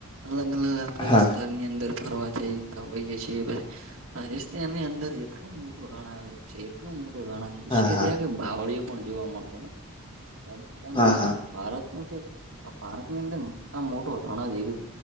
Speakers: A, on the right; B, on the left.
A: અલગ અલગ આપડા
B: હા
A: વિસ્તારની અંદર કરવા જતા હોઈ જ છે. હેશ ત એની અંદર એટલું મોટું રણ આવેલું છે એટલું મોટું રણ આવે
B: હા હા હા
A: ત કે બાવળીયો પણ જોવા મળતો નથી, રાજસ્થાન
B: હા
A: ન એવું ભારત ન કે આ ભારતની અંદર મોટા માં મોટું રણ જ.